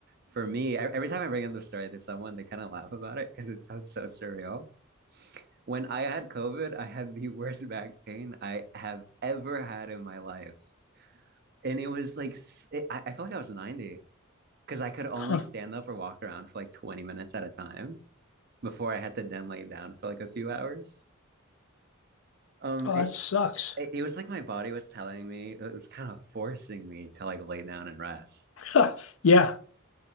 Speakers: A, on the right; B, on the left.
A: for me, e- every time I bring up the story to someone, they kind of laugh about it because it sounds so surreal. When I had COVID, I had the <laughs> worst back pain I have ever had in my life. And it was like, it, I, I felt like I was 90 because I could only
B: Huh.
A: stand up or walk around for like 20 minutes at a time before I had to then lay down for like a few hours. Um,
B: Oh,
A: it
B: that sucks.
A: it, it was like my body was telling me it was kind of forcing me to like lay down and rest.
B: <laughs> Yeah.